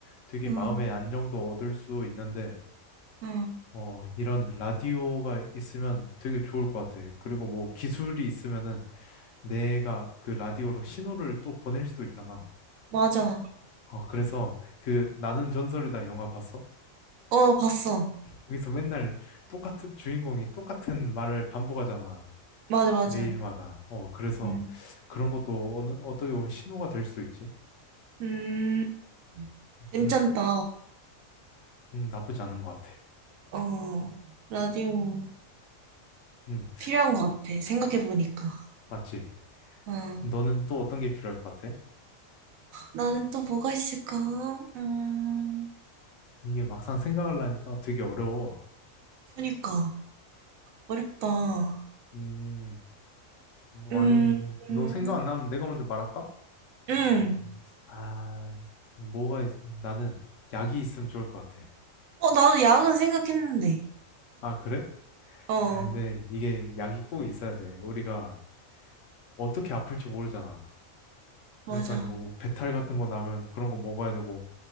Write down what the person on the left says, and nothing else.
되게
마음의 안정도 얻을 수 있는데
어, 이런 라디오가 있으면 되게 좋을 것 같아. 그리고 뭐 기술이 있으면은 내가 그 라디오로 신호를 또 보낼 수도 있잖아.
어, 그래서 그 나는 전설이다 영화 봤어?
거기서 맨날 똑같은 주인공이 똑같은 말을 반복하잖아.
매일마다. 어, 그래서
그런 것도 어느, 어떻게 보면 신호가 될 수도 있지.
음, 음, 나쁘지 않은 것 같아.
음,
맞지?
너는 또 어떤 게 필요할 것 같아?
이게 막상 생각하려니까 되게 어려워.
음, 뭐
아님, 너
생각 안 나면 내가 먼저 말할까?
아, 뭐가, 있- 나는 약이 있으면 좋을 것 같아.
아, 그래?
아, 근데 이게 약이 꼭 있어야 돼. 우리가 어떻게 아플지 모르잖아.
그래가지고 뭐 배탈 같은 거 나면 그런 거 먹어야 되고,